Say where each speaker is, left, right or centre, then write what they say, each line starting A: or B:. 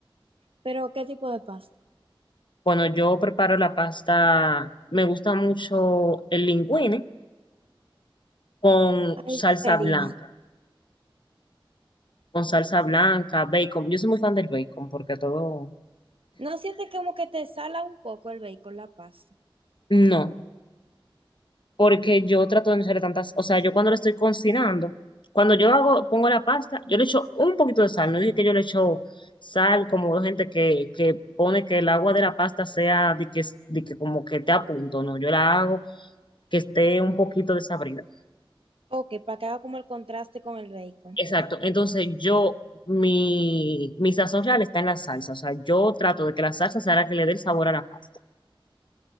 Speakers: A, on the right (about 80°); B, on the left (about 60°).
A: pero, ¿qué tipo de pasta?
B: Cuando yo preparo la pasta, me gusta mucho el linguine con
A: Ahí
B: salsa
A: pedimos.
B: blanca, con salsa blanca, bacon. Yo soy muy fan del bacon porque todo...
A: ¿No sientes como que te sala un poco el bacon, la pasta?
B: No, porque yo trato de no hacer tantas... O sea, yo cuando lo estoy cocinando, cuando yo hago, pongo la pasta, yo le echo un poquito de sal. No dije que yo le echo sal, como hay gente que, que pone que el agua de la pasta sea de que, de que como que te a punto. No, yo la hago que esté un poquito desabrida.
A: O que para que haga como el contraste con el bacon.
B: Exacto. Entonces yo, mi, mi sazón real está en la salsa. O sea, yo trato de que la salsa sea la que le dé el sabor a la pasta.